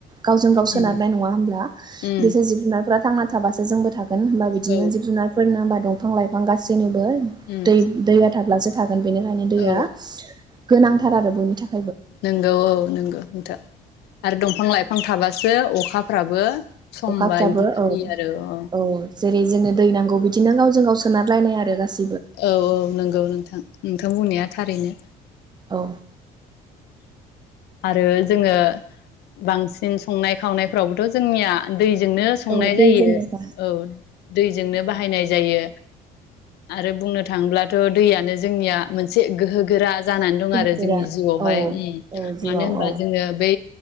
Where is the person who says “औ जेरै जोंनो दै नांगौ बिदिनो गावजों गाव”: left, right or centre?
Right